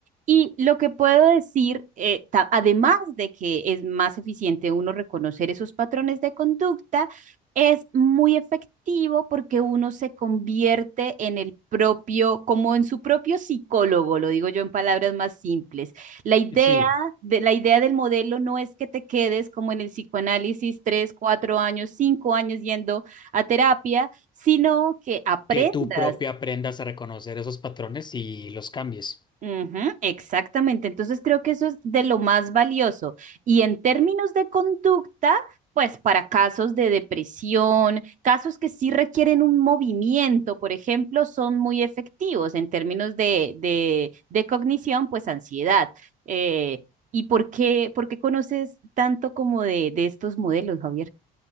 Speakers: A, on the right; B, on the left.
A: Y lo que puedo decir, eh, ta- además de que es más eficiente uno reconocer esos patrones de conducta, es muy efectivo porque uno se convierte en el propio, como en su propio psicólogo, lo digo yo en palabras más simples. La idea
B: Sí,
A: de, la idea del modelo no es que te quedes como en el psicoanálisis tres, cuatro años, cinco años yendo a terapia, sino que aprendas
B: que tú propia aprendas a reconocer esos patrones y los cambies.
A: Ujú, exactamente. Entonces creo que eso es de lo más valioso. Y en términos de conducta, pues para casos de depresión, casos que sí requieren un movimiento, por ejemplo, son muy efectivos en términos de, de, de cognición, pues ansiedad. Eh, ¿y por qué, por qué conoces tanto como de, de estos modelos, Javier?